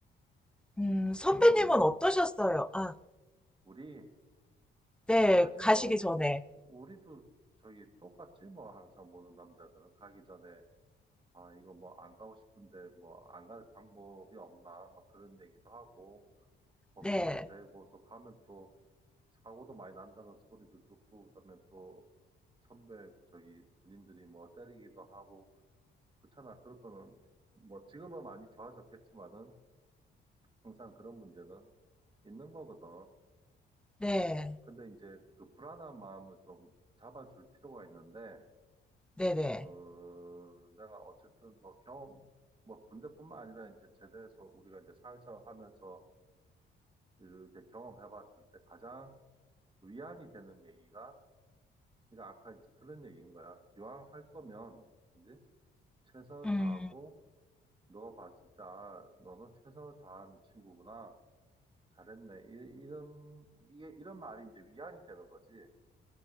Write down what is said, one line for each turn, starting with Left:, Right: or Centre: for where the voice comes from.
Centre: 음, 선배님은
Right: 물론 뭐
Centre: 어떠셨어요? 아,
Right: 우리
Centre: 네.
Right: 사실
Centre: 가시기
Right: 뭐
Centre: 전에.
Right: 우리도 저기 똑같지 뭐 항상 모든 남자들은 가기 전에 아, 이거 뭐 안 가고 싶은데 뭐 안 갈 방법이 없나 막 그런 얘기도 하고 걱정도
Centre: 네.
Right: 되고 또 가면 또 사고도 많이 난다는 소리도 듣고 그다음에 또 선배 저기 군인들이 뭐 때리기도 하고 그렇잖아. 그런 거는 뭐 지금은 많이 좋아졌겠지만은 항상 그런 문제는 있는 거거든.
Centre: 네.
Right: 근데 이제 그 불안한 마음을 좀 잡아줄 필요가 있는데
Centre: 네네.
Right: 어, 내가 어쨌든 뭐 경험, 뭐 군대뿐만 아니라 이제 제대해서 우리가 이제 사회생활 하면서 이렇게 경험해 봤을 때 가장 위안이 되는 얘기가, 그러니까 아까 이제 그런 얘기인 거야. 기왕 할 거면, 그지? 최선을
Centre: 음,
Right: 다하고, 너가 봤을 때, 아, 너는 최선을 다한 친구구나. 잘했네. 이, 이런, 이게, 이런 말이 이제 위안이 되는 거지.